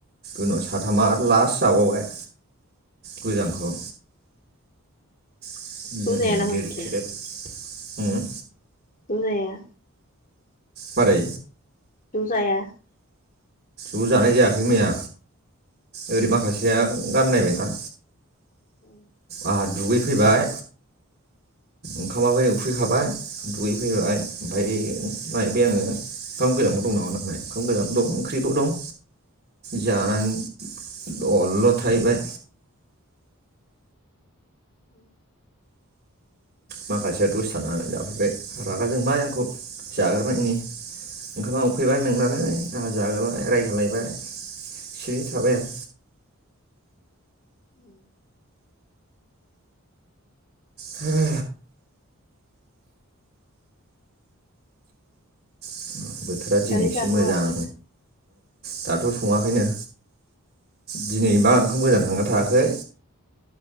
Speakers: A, on the right; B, on the left.
A: उनाव साथामा आरो लास्ट जाबावबाय। गोजांखौ।
B: ज'
A: <unintelligible>
B: जायाना नोंसोरलाय
A: उम।
B: जाया।
A: बारै?
B: ज जाया?
A: ज' जानाय जायाखै मैया। ओरै माखासेया गाननायबायना।
B: ओं।
A: हा दुगैफैबाय ओंखामाबो उखैखाबाय। दुगैफैबाय ओमफाय नायबाय आङो ओंखाम गोजांबो दं नामा नाय ओंखाम गोजानबो दं। ओंख्रिबो दं जानानै दलद' थाहैबाय।
B: उम।
A: माखासेया दसे थाननानै जाफैबाय रागा जोंबाय आंखौ जाग्रोनायनि ओंखामा उखैबाय मेंनानै आंहा जाग्रोबाय रायजालायबाय सिरि थाबाय आं।
B: उम।
A: हो। <inaudible> बोथोरा दिनै
B: दालाय
A: एसे
B: जाथ'वा
A: मोजां। दाथ' संङाखैनो दिनै मा ओंखाम गोजान थांना थायाखै